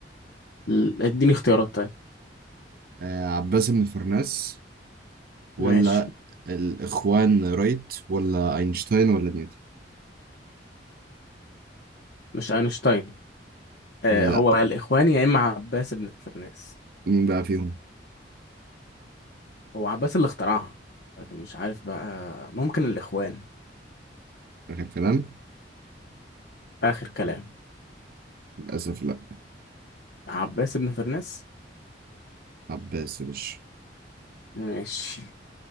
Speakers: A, on the left (about 65°); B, on the right (about 55°).
A: ال- اديني اختيارات طيب
B: آه، عباس بن فرناس ولا
A: ماشي
B: الإخوان رايت ولا أينشتاين ولا نيوتن
A: مش أينشتاين أه
B: لا
A: هو الإخوان يا إما عباس بن فرناس
B: مين بقى فيهم
A: هو عباس اللي اخترعها لكن مش عارف بقى ممكن الإخوان
B: آخر كلام
A: آخر كلام
B: للأسف لا
A: عباس بن فرناس
B: عباس يا باشا
A: ماشي